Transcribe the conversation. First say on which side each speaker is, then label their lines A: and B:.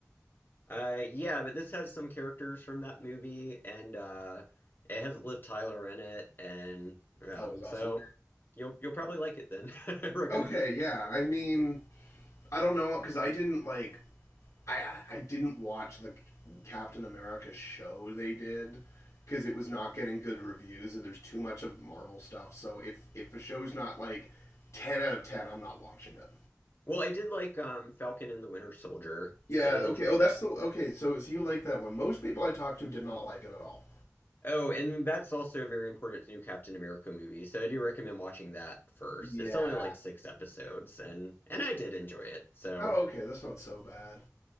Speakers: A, on the left; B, on the left.
A: Uh, yeah, but this has some characters from that movie, and uh, it has Liv Tyler in it, and yeah,
B: Always awesome.
A: so you'll you'll probably like it then. <laughs> I recommend
B: Okay,
A: it.
B: yeah. I mean, I don't know because I didn't like I I didn't watch the Captain America show they did because it was not getting good reviews and there's too much of Marvel stuff. So if if a show's not like 10 out of 10, I'm not watching it.
A: Well, I did like um, Falcon and the Winter Soldier.
B: Yeah,
A: I did enjoy
B: okay. Oh,
A: that.
B: that's the okay. So so you like that one. Most people I talked to did not like it at all.
A: Oh, and that's also very important. It's a new Captain America movie, so I do recommend watching that first.
B: Yeah.
A: It's only like six episodes, and and I did enjoy it. So
B: Oh, okay. That's not so bad.